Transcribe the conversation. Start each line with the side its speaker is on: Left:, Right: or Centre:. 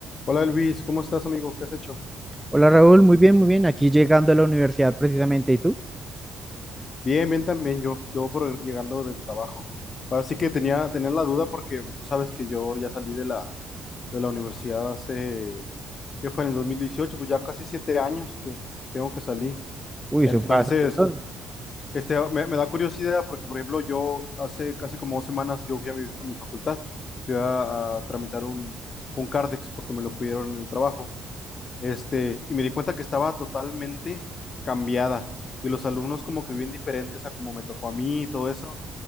Left: Hola Elvis, ¿cómo estás amigo? ¿Qué has hecho?
Centre: Hola Raúl, muy bien, muy bien. Aquí llegando a la universidad precisamente, ¿y tú?
Left: Bien, bien también yo, yo por llegando del trabajo. Ahora sí que tenía, tenía la duda porque pues, tú sabes que yo ya salí de la, de la universidad hace, ¿qué fue? En el 2018, pues ya casi siete años que tengo que salir.
Centre: Uy,
Left: Entonces,
Centre: eso fue hace un montón.
Left: este, me, me da curiosidad porque, por ejemplo, yo hace casi como dos semanas yo fui a mi, a mi facultad, fui a, a tramitar un, un CARDEX porque me lo pidieron en el trabajo. Este, y me di cuenta que estaba totalmente cambiada y los alumnos como que bien diferentes a como me tocó a mí y todo eso.